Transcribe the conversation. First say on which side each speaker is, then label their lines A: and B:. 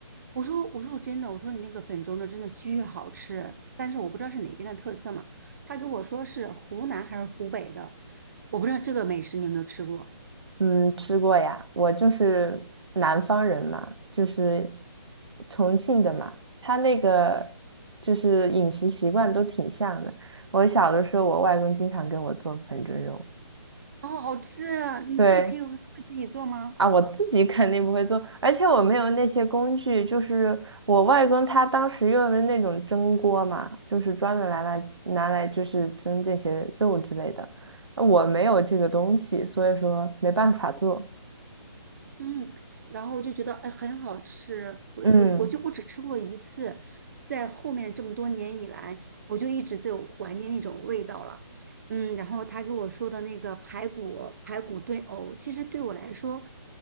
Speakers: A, on the right; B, on the right.
A: 我说我说我真的我说你那个粉蒸肉真的巨好吃，但是我不知道是哪边的特色嘛。他跟我说是湖南还是湖北的。我不知道这个美食你有没有吃过？
B: 嗯，吃过呀，我就是南方人嘛，就是重庆的嘛，他那个就是饮食习惯都挺像的。我小的时候，我外公经常给我做粉蒸肉。
A: 哦，好吃啊！你自己可以会自己做吗？
B: 对啊，我自己肯定不会做，而且我没有那些工具。就是我外公他当时用的那种蒸锅嘛，就是专门拿来拿来就是蒸这些肉之类的。我没有这个东西，所以说没办法做。
A: 嗯，然后我就觉得哎很好吃，我我我就我只吃过一次，
B: 嗯
A: 在后面这么多年以来，我就一直在有怀念那种味道了。嗯，然后他给我说的那个排骨排骨炖藕，其实对我来说，